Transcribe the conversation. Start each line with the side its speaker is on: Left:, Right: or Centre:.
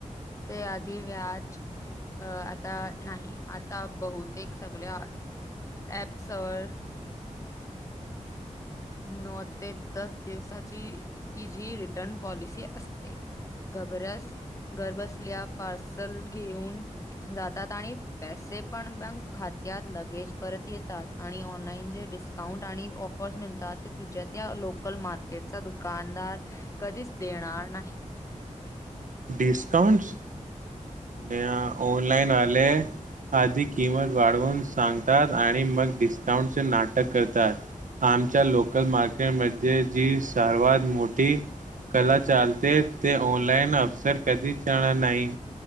Left: ते आधी व्याज अ आता नाही, आता बहुतेक सगळ्या ॲप्स वर न ते दस दिवसाची जी रिटर्न पॉलिसी असते. घबरस घरबसल्या पार्सल घेऊन जातात, आणि पैसे पण बँक खात्यात लगेज परत येतात, आणि ऑनलाइन जे डिस्काउंट आणि ऑफर्स मिळतात तुझ्या त्या लोकल मार्केटचा दुकानदार, कधीच देणार नाही.
Right: डिस्काउंटस? म ऑनलाइन आले आधी किंमत वाढवून सांगतात, आणि मग डिस्काउंटचे नाटक करतात. आमच्या लोकल मार्केटमध्ये जी सर्वात मोठी कला चालते, ते ऑनलाईन अपसर कधीच जाणार नाही.